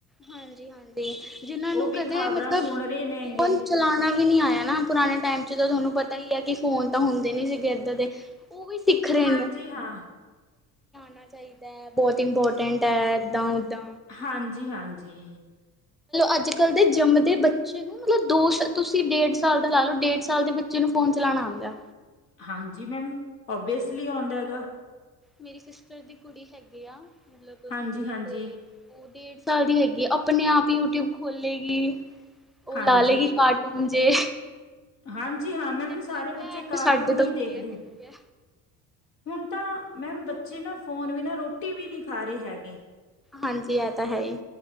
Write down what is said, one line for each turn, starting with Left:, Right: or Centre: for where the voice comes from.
Centre: ਹਾਂਜੀ ਹਾਂਜੀ ਜਿਨਾਂ ਨੂੰ
Left: ਉਹ ਵੀ
Centre: ਕਦੇ
Left: ਖ਼ਬਰਾਂ
Centre: ਮਤਲਬ
Left: ਸੁਣ ਰਹੇ ਨੇਗੇ
Centre: ਫੋਨ ਚਲਾਉਣਾ ਵੀ ਨੀ ਆਇਆ ਨਾ ਪੁਰਾਣੇ ਟਾਈਮ ਚ ਤਾਂ ਤੁਹਾਨੂੰ ਪਤਾ ਹੀ ਹੈ ਕਿ ਫੋਨ ਤਾਂ ਹੁੰਦੇ ਨੀ ਸੀਗੇ ਏਦਾਂ ਦੇ ਉਹ ਵੀ ਸਿੱਖ ਰਹੇ
Left: ਹਾਂਜੀ
Centre: ਨੇ
Left: ਹਾਂ
Centre: ਣਾ ਚਾਹੀਦਾ ਹੈ ਬਹੁਤ ਇੰਪੋਰਟੈਂਟ ਹੈ ਏਦਾਂ ਦਾਂ,
Left: ਹਾਂਜੀ ਹਾਂਜੀ,
Centre: ਅੱਜ ਕੱਲ ਦੇ ਜੰਮਦੇ ਬੱਚੇ ਨੂੰ ਮਤਲਬ ਦੋ ਤੁਸੀਂ ਡੇਢ ਸਾਲ ਦਾ ਲਾ ਲਓ ਡੇਢ ਸਾਲ ਦੇ ਬੱਚੇ ਨੂੰ ਫੋਨ ਚਲਾਣਾ ਆਦਾ।
Left: ਹਾਂਜੀ ਮੈਮ ਓਬਵੀਅਸਲੀ ਆਉਦਾ ਗਾ,
Centre: ਮੇਰੀ ਸਿਸਟਰ ਦੀ ਕੁੜੀ ਹੈਗੀ ਆ। ਮਤਲਬ
Left: ਹਾਂਜੀ ਹਾਂਜੀ
Centre: ਤੇ ਉਹ ਡੇੜ, ਸੱਲ ਦੀ ਹੈਗੀ ਆਪਣੇ ਆਪ ਹੀ ਯੂਟੀਊਬ ਖੋਲੇਗੀ। ਉਹ
Left: ਹਾਂਜੀ
Centre: ਲਾ ਲਏਗੀ ਕਾਰਟੂਨ, ਜੇ,
Left: ਹਾਂਜੀ ਹਾਂ ਮੈਮ
Centre: ਤੇ ਮੈਂ
Left: ਸਾਰੇ
Centre: ਕਿਹਾ
Left: ਬੱਚੇ ਕਾਰਟੂਨ
Centre: ਤੇ ਸਾਡੇ ਤੋਂ
Left: ਹੀ
Centre: ਵਧੀਆ
Left: ਦੇਖਦੇ,
Centre: ਲੱਗਿਆ।
Left: ਹੁਣ ਤਾਂ ਮੈਮ ਬੱਚੇ ਨਾ ਫੋਨ ਵੀ ਨਾ ਰੋਟੀ ਵੀ ਨਹੀਂ ਖਾ ਰਹੇ ਹੈਗੇ,
Centre: ਹਾਂਜੀ ਇਹ ਤਾਂ ਹੈ ਹੀ,